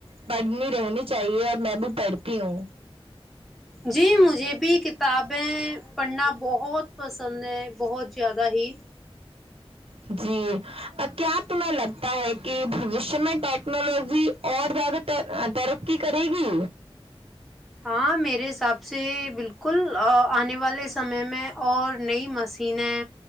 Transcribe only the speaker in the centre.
جی مجھے بھی کتابیں پڑھنا بہت پسند ہے بہت زیادہ ہی
ہاں میرے حساب سے بالکل اں آنے والے سمے میں اور نئی مسینیں